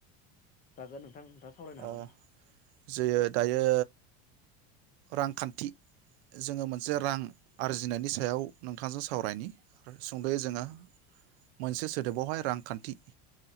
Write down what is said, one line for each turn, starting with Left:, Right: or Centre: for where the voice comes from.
Left: हागोन ओं नोंथाङा सावरायनो
Right: ओ
Left: हागोन
Right: जे दायो रांखान्थि जोङो मोनसे रां आरजिनायनि सायाव नोंथांजों सावरायनि सुंदयै जोङो मोनसे सोदोबावहाय रांखान्थि